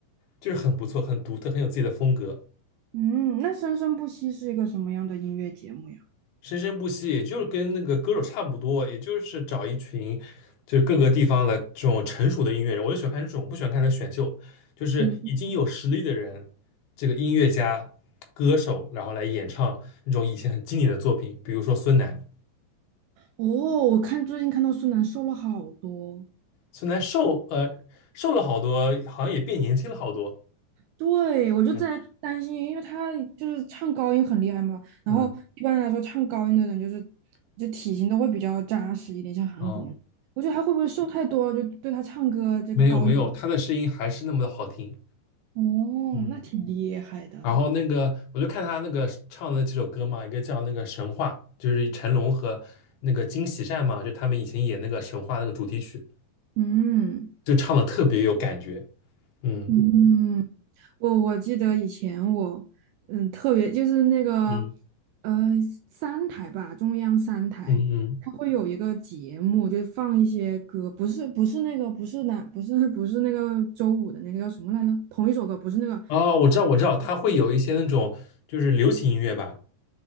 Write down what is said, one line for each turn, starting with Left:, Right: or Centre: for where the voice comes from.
Left: 就是很不错，很独特，很有自己的风格。
Right: 嗯，那生生不息是一个什么样的音乐节目呀？
Left: 生生不息，也就是跟那个歌手差不多，也就是找一群就是各个地方的这种成熟的音乐人，我就喜欢看这种，不喜欢看那选秀，就是已经有实力的人，
Right: 嗯，
Left: 这个音乐家、歌手，然后来演唱那种以前很经典的作品，比如说孙楠，
Right: 哦，我看最近看到孙楠瘦了好多，
Left: 孙楠瘦呃瘦了好多，好像也变年轻了好多，
Right: 对，我就在担心，
Left: 嗯
Right: 因为他就是唱高音很厉害嘛，
Left: 嗯
Right: 然后一般来说唱高音的人就是就体型都会比较扎实一点，像韩红，
Left: 哦，
Right: 我觉得他会不会瘦太多了，就对他唱歌这个高音，
Left: 没有没有，他的声音还是那么的好听，
Right: 哦，
Left: 嗯。
Right: 那挺厉害的，
Left: 然后那个，我就看他那个唱的几首歌嘛，一个叫那个《神话》，就是成龙和那个金喜善嘛，就他们以前演那个《神话》那个主题曲，
Right: 嗯。
Left: 就唱的特别有感觉。嗯
Right: 嗯，我我记得以前我，嗯，特别就是那个，
Left: 嗯
Right: 呃，三台吧，中央三台，
Left: 嗯嗯。
Right: 它会有一个节目，就放一些歌，不是不是那个，不是那不是 <laughs> 不是那个周五的那个叫什么来着？同一首歌，不是那个，
Left: 哦，我知道，我知道，他会有一些那种就是流行音乐吧。